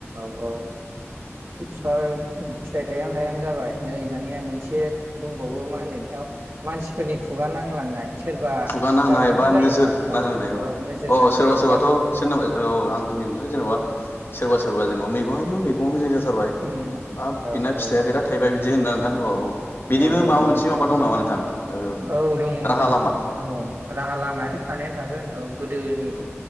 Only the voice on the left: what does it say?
खुगा नांनाय
बा
नोजोर नांनाय औ
औ
सोरबा सोरबाथ'
सोरनाबा औ आं होननि नोंथां जेनेबा सोरबा सोरबा जेनेबा मै आयौ मैगंआ मोजां जा <unintelligible>
हाब
बिना फिथाइआ
बिराद थायबाय बिदि होनोना नोंथां औ औ बिनिबो
माबा मोनसे
माबा दं नामा नोंथां ओ
राहा
लामा
औ